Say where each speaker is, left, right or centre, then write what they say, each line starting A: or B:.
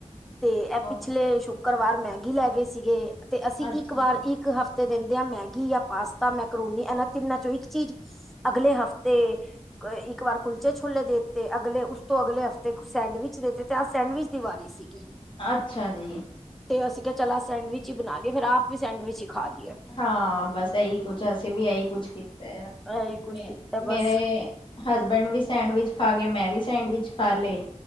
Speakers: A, in the centre; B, on the left.
A: ਤੇ ਇਹ,
B: ਉਹ
A: ਪਿਛਲੇ ਸ਼ੁੱਕਰਵਾਰ ਮੈਗੀ ਲੈ ਗਏ ਸੀਗੇ, ਤੇ ਅਸੀਂ
B: ਅੱਛਾ।
A: ਇੱਕ ਵਾਰ ਇੱਕ ਹਫ਼ ਤੇ, ਦਿੰਦੇ ਆ ਮੈਗੀ ਜਾਂ ਪਾਸਤਾ, ਮੈਕਰੋਨੀ ਇਹਨਾਂ ਤਿੰਨਾਂ ਚੋਂ, ਇੱਕ ਚੀਜ਼, ਅਗਲੇ ਹਫ਼ਤੇ ਇੱਕ ਵਾਰ ਕੁਲਚੇ, ਛੋਲੇ ਦੇ ਦਿੱਤੇ, ਅਗਲੇ ਉਸ ਤੋਂ ਅਗਲੇ ਹਫ਼ਤੇ, ਕੁਛ ਸੈਂਡਵਿਚ ਦੇ ਦਿੱਤੇ, ਅੱਜ ਸੈਂਡਵਿਚ ਦੀ ਵਾਰੀ। ਦੀ ਸੀਗੀ।
B: ਅੱਛਾ ਜੀ।
A: ਤੇ ਅਸੀਂ ਕਿਹਾ ਚੱਲ ਸੈਂਡਵਿ ਹੀ ਬਣਾ ਲਈਏ। ਫੇਰ ਆਪ ਵੀ ਸੈਂਡਵਿ ਹੀ ਖਾ ਲਈ ਏ।
B: ਹਾਂ ਬਸ ਇਹੀ ਕੁੱਛ, ਅਸੀਂ ਵੀ ਇਹੀ ਕੁੱਛ ਕੀਤਾ ਆ
A: ਇਹੀ ਕੁੱਝ
B: ਮ
A: ਕੀਤਾ ਬਸ
B: ਮੇਰੇ। ਹਸਬੈਂਡ ਵੀ ਸੈਂਡਵਿਚ ਖਾ ਕੇ, ਮੈਂ ਵੀ ਸੈਂਡਵਿਚ ਖਾ ਲਏ।